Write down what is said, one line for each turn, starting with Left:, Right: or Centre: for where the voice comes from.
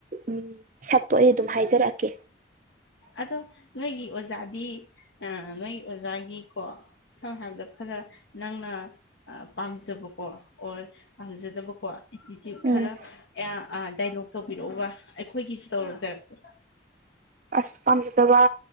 Right: ꯎꯝ ꯁꯛꯇꯣ ꯑꯩ ꯑꯗꯨꯝ ꯍꯥꯏꯖꯔꯛꯀꯦ
Left: ꯑꯗꯣ ꯅꯣꯏꯒꯤ ꯑꯣꯖꯥꯗꯤ ꯑ ꯅꯣꯏꯒꯤ ꯑꯣꯖꯥꯒꯤꯀꯣ ꯁꯝꯅ ꯍꯥꯏꯕꯗ ꯈꯔ ꯅꯪꯅ ꯄꯥꯝꯖꯕꯀꯣ ꯑꯣꯔ ꯄꯥꯝꯖꯗꯕꯀꯣ ꯑꯦꯇꯤꯇ꯭ꯌꯨꯠ
Right: ꯎꯝ
Left: ꯈꯔ <unintelligible> ꯗꯥꯏꯂꯣꯛ ꯇꯧꯕꯤꯔꯛꯎꯕ ꯑꯩꯈꯣꯏꯒꯤꯁꯨ ꯇꯧꯔꯖꯔꯛꯀꯦ
Right: ꯑꯁ ꯄꯥꯝꯖꯗꯕ